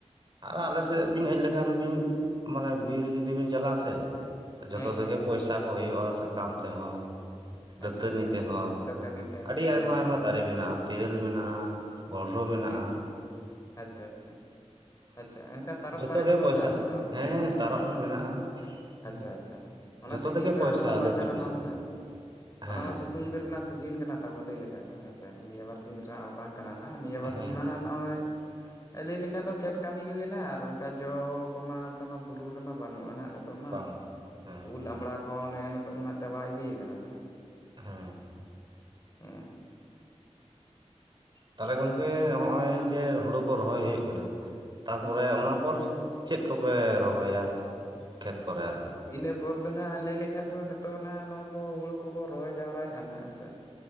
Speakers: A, on the right; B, on the left.
A: ᱟᱨ ᱟᱞᱮ ᱥᱮᱫ ᱵᱤᱱ ᱦᱮᱡ ᱞᱮᱠᱷᱟᱱ ᱵᱤᱱ ᱢᱟᱱᱮ ᱵᱤᱨ ᱡᱩᱫᱤ ᱵᱤᱱ ᱪᱟᱞᱟᱜ-ᱟ ᱥᱮ᱾ ᱡᱷᱚᱛᱚ
B: ᱦᱮᱸ
A: ᱛᱮᱜᱮ
B: ᱦᱮᱸ
A: ᱯᱚᱭᱥᱟ ᱠᱚ ᱦᱩᱭᱩᱜ-ᱟ ᱥᱟᱠᱟᱢ ᱛᱮ ᱦᱚᱸ ᱫᱟᱹᱛᱟᱹᱱᱤ
B: ᱟᱪᱪᱷᱟ ᱟᱪᱪᱷᱟ
A: ᱛᱮᱦᱚᱸ᱾
B: ᱫᱟᱹᱛᱟᱹᱱᱤ ᱛᱮᱦᱚᱸ
A: ᱟᱹᱰᱤ
B: ᱦᱮᱸ
A: ᱟᱭᱢᱟ
B: ᱦᱮᱸ
A: ᱟᱭᱢᱟ ᱫᱟᱨᱮ ᱢᱮᱱᱟᱜ-ᱟ, ᱛᱮᱤᱨᱞ ᱢᱮᱱᱟᱜ-ᱟ ᱵᱷᱚᱱᱰᱨᱚ ᱢᱮᱱᱟᱜ-ᱟ᱾
B: ᱦᱮᱸ ᱟᱪᱪᱷᱟ ᱟᱪᱪᱷᱟ᱾ ᱟᱪᱪᱷᱟ ᱮᱱᱠᱷᱟᱱ ᱛᱟᱨᱚᱯ
A: ᱡᱷᱚᱛᱚ
B: ᱫᱟᱨᱮ
A: ᱜᱮ
B: ᱠᱚᱫᱚ
A: ᱯᱚᱭᱥᱟ
B: ᱢᱮᱱᱟᱜ ᱟᱥᱮ ᱵᱟᱝ ᱚᱱᱛᱮ
A: ᱦᱮᱸ
B: ᱫᱚ,
A: ᱛᱟᱨᱚᱵ ᱦᱚᱸ ᱢᱮᱱᱟᱜᱼᱟ ᱦᱮᱸ
B: ᱟᱪᱪᱷᱟ ᱟᱪᱪᱷᱟ᱾ ᱚᱱᱟ
A: ᱡᱚᱛᱚ
B: ᱥᱤᱡᱤᱱ
A: ᱛᱮᱜᱮ
B: ᱨᱮ
A: ᱯᱚᱭᱥᱟ
B: ᱢᱟ
A: ᱟᱞᱮ
B: ᱵᱟᱝ
A: ᱵᱤᱨ
B: ᱠᱟᱱᱟ
A: ᱫᱤᱥᱚᱢ
B: ᱚᱱᱟᱢᱟ
A: ᱫᱚ ᱦᱮᱸ
B: ᱚᱱᱟᱢᱟ ᱥᱤᱛᱩᱝ ᱫᱤᱱ ᱨᱮᱱᱟᱜ ᱥᱤᱡ ᱡᱤᱱ ᱠᱟᱱᱟ ᱛᱟᱵᱚ ᱞᱟᱹᱭ ᱞᱮᱠᱷᱟᱡ ᱫᱚ ᱦᱮᱸᱥᱮ ᱱᱤᱭᱟᱹ ᱵᱟᱨᱥᱤᱧ ᱨᱮᱱᱟᱜ ᱵᱟᱝ ᱠᱟᱱᱟ ᱱᱟᱜ ᱱᱤᱭᱟᱹ ᱵᱟᱨᱥᱤᱧ
A: ᱦᱮᱸ
B: ᱢᱟᱱᱟ ᱦᱳᱭ ᱟᱸᱞᱤᱧ ᱞᱮᱠᱟ ᱫᱚ ᱠᱷᱮᱛ᱾ ᱠᱟᱹᱢᱤ ᱠᱚ ᱜᱮ ᱦᱮᱱᱟᱜ-ᱟ ᱟᱨ ᱚᱱᱠᱟ ᱡᱚ ᱠᱚᱢᱟ ᱚᱱᱠᱟ ᱢᱟ ᱵᱩᱨᱩ ᱨᱮᱢᱟ ᱵᱟᱹᱱᱩᱜ-ᱟ ᱱᱟᱦᱟᱸᱜ ᱱᱟᱦ ᱱᱤᱛᱚᱜ ᱢᱟ
A: ᱵᱟᱝ ᱦᱮᱸ
B: ᱩᱞ ᱟᱢᱲᱟ ᱠᱚ ᱱᱮ ᱮ ᱱᱤᱛᱚᱜ ᱢᱟ ᱱᱟᱦᱟᱸᱜ ᱪᱟᱵᱟ ᱤᱫᱤᱭ ᱠᱟᱱᱟ ᱱᱟᱜ᱾
A: ᱦᱮᱸ
B: <unintelligible>
A: ᱛᱟᱦᱚᱸᱞᱮ ᱜᱚᱝᱠᱮ ᱦᱚᱸᱜ-ᱚᱭ ᱡᱮ ᱦᱩᱲᱩ ᱠᱚ ᱨᱚᱦᱚᱭ ᱦᱩᱭᱩᱜ ᱠᱟᱱᱟ᱾ ᱛᱟᱯᱚᱨᱮ
B: ᱟᱪᱪᱷᱟ ᱟᱪᱪᱷᱟ
A: ᱚᱱᱟ ᱯᱚᱨ ᱪᱮᱫ ᱠᱚᱯᱮ ᱨᱚᱦᱚᱭᱟ ᱠᱷᱮᱛ ᱠᱚᱨᱮ ᱟᱹᱨᱠᱤ᱾
B: ᱤᱱᱟᱹ ᱯᱚᱨ ᱫᱚ ᱱᱟᱦᱟᱸᱜ ᱞᱟᱹᱭ ᱞᱮᱠᱷᱟᱡ ᱫᱚ ᱱᱤᱛᱚᱜ ᱚᱱᱟ ᱱᱚᱜ-ᱚᱭ ᱵᱚ ᱦᱩᱲᱩ ᱠᱚᱵᱚ ᱨᱚᱦᱚᱭ ᱡᱟᱣᱨᱟᱭᱮᱫ-ᱟ ᱱᱟᱜ ᱦᱮᱸ ᱥᱮ᱾